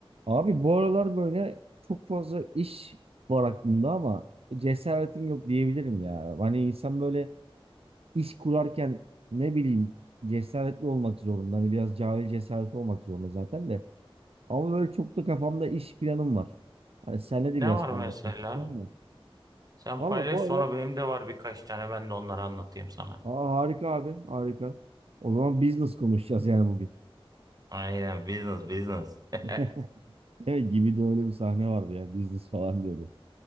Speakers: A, on the right (about 80°); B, on the right (about 40°).
A: Abi bu aralar böyle çok fazla iş var aklımda ama cesaretim yok diyebilirim ya. Hani insan böyle iş kurarken ne bileyim cesaretli olmak zorunda. Hani biraz cahil cesaret olmak zorunda zaten de. Ama böyle çok da kafamda iş planım var. Hani seninle de
B: Ne
A: biraz
B: var
A: paylaşmak
B: mesela?
A: istiyorum da.
B: Sen
A: Valla
B: paylaş
A: bu
B: sonra
A: aralar
B: benim de var birkaç tane ben de onları anlatayım sana.
A: Aa, harika abi harika. O zaman business konuşacağız yani bugün.
B: Aynen business business. <laughs>
A: <laughs> Değil mi? Gibi de öyle bir sahne vardı ya business falan diyordu.